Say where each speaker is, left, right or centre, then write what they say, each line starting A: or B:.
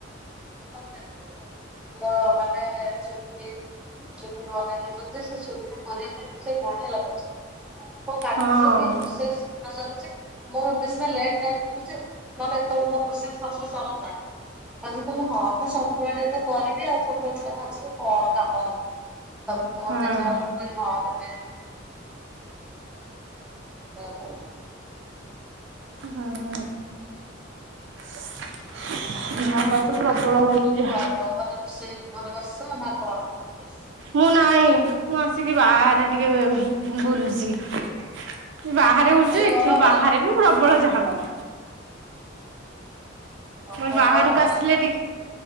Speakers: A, in the centre; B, on the right.
A: କହିପାରିବିନି <unintelligible> ମାନେ ଚୁଲି ଚୁଲି <unintelligible> ସେ ଚୁଲିରେ କରିବା ପାଇଁ ରୋଷେଇ ବଢିଆ ଲାଗୁଛି ଆଉ <unintelligible>
B: ହଁ
A: ରୋଷେଇ <unintelligible> ମୁଁ ଏବେ ସିନା ଲେଟ୍ ଯାଏ କରୁଚି ନ ହେଲେ ଏତଳୁ ମୋର ରୋଷେଇ ସବୁ ସାରନ୍ତାଣି। ମୁଁ କଇଲି ହଁ ମୁଁ ସବୁ ଆଡେ ତ କରିବି ଆଉ ପୋଟଳ ଦି ଟା ଭାଜିବି କଣ କାମ ଆଉ? ତା ପରେ ଫଗ୍
B: ହଁ
A: ନାଚିଲା ବେଳକୁ ମୁଁ କଇଲି ହଁ ଲୋ। <unintelligible>
B: ହଁ। ଝାଳ ତ ପ୍ରବଳ ହଉଚି ଝା
A: <unintelligible> ସେ ଭରଷା <unintelligible>
B: ମୁଁ ନାହିଁ ମୁଁ ଆସିକି ବାହାରେ ହୁଁ ଟିକେ ବୁଲୁଚି। ବାହାରେ ବୁଲୁଚୁ
A: ଏଇ
B: ଏଠି
A: ଗରମରେ
B: ବାହାରେ ବି ପ୍ରବଳ ଝାଳ। ମୁଁ
A: ଓହୋ
B: କଇଲି ବାହାରୁକୁ
A: ଗରମରେ
B: ଆସିଲେ ଟି